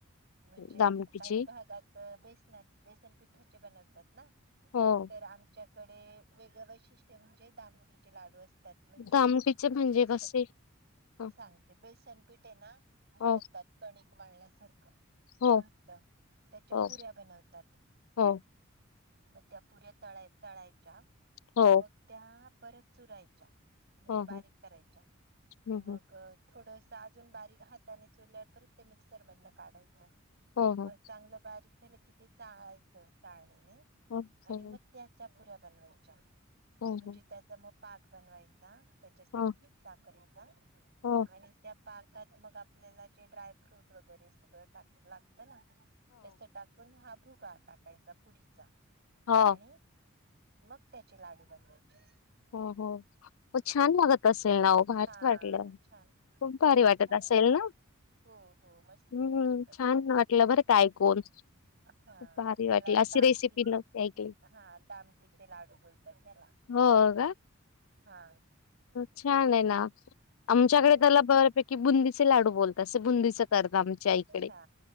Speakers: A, on the right (about 50°); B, on the left (about 75°).
A: म्हणजे
B: दामटीची?
A: काही भागात बेसना बेसनपिठाचे बनवतात ना.
B: हो.
A: तर आमच्याकडे वेगळ वैशिष्ट्य म्हणजे दामटी चे लाडू असत. त्यात म्हणजे
B: दामटीचे म्हणजे
A: बेस.
B: कसे? हो
A: सांगते बेसन पिठ आहेना मळतात
B: हो
A: कणिक. मळ्यल्या सारखं
B: हो
A: घट्ट त्याच्या
B: हो
A: पुऱ्या बनवतात.
B: हो.
A: मग त्या पुऱ्या तळाय तळायच्या
B: हो
A: मग
B: हो.
A: त्या परत चुरायच्या. म्हणजे
B: हो
A: बारीक करायच्या
B: हं
A: मग
B: हं.
A: थोड. अजून बारीक हाताने चुरल्यावर परत ते मिक्सर मधून काढायचं.
B: हो हो.
A: मग चांगलं बारीक झालं कि ते चाळायचं चाळणीने.
B: हो
A: आणि
B: हो.
A: मग त्याच्या पुऱ्या बनवायच्या
B: हो
A: म्हणजे
B: हो.
A: त्याचा म पाक बनवायचा त्याच्यासाठी
B: हो हो.
A: साखरेचा
B: हो.
A: आणि त्या पाक मग आपल्याला जे ड्रायफ्रूट वगैरे सगळं टाक लागतं ना तस टाकून हा भुगा टाकायचा पुरीचा
B: हो.
A: आणि मग त्याचे लाडू बनवायचे.
B: हो हो छान लागत असल ना हो फारच
A: हा
B: वाटलं
A: छान
B: खूप
A: हो
B: भारी वाटत
A: छान
B: असेल
A: लागतात
B: ना
A: हो हो मस्तच
B: हम्म
A: लागतात
B: छान वाटलं बरं ऐकून
A: हा
B: खूप भारी
A: त्याला
B: वाटलं. अशी
A: दामटी
B: रेसिपी नव्हती ऐकली.
A: हा दामटीचे लाडू बोलतात ह्याला
B: हो का
A: हा
B: छान आमच्याकडे
A: हो
B: त्याला बऱपैकी बुंदीचे लाडू बोलत अस बुंदी. कर आमच्या
A: अच्छा
B: इकडे